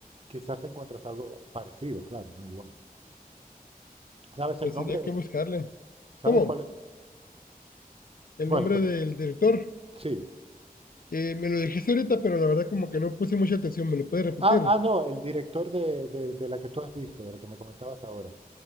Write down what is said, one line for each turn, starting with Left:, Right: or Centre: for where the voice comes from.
Right: quizás encuentras algo parecido, claro, no igual. ¿Sabes
Left: Pues
Right: el nombre?
Left: sería
Right: de-
Left: que buscarle.
Right: ¿Sabes
Left: ¿Cómo?
Right: cuál es?
Left: El
Right: Bueno,
Left: nombre
Right: pero
Left: del director.
Right: sí.
Left: Eh, me lo dijiste ahorita, pero la verdad como que no puse mucha atención. ¿Me lo puedes repetir?
Right: Ah, ah, no, el director de, de- de la que tú has visto, de la que me comentabas ahora.